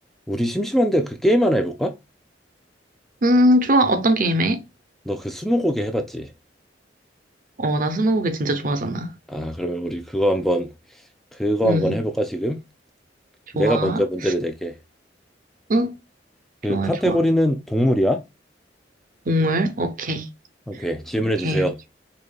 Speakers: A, in the centre; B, on the right (about 45°).
A: 우리 심심한데 그 게임 하나 해볼까?
B: 음, 좋아. 어떤 게임 해?
A: 너 그 스무고개 해봤지?
B: 어, 나 스무고개 진짜 좋아하잖아.
A: 아, 그러면 우리 그거 한번 그거
B: 음,
A: 한번 해볼까 지금?
B: 좋아.
A: 내가 먼저 문제를 낼게.
B: 응, 좋아,
A: 그 카테고리는
B: 좋아.
A: 동물이야?
B: 동물, 오케이.
A: 오케이, 질문해
B: 오케이.
A: 주세요.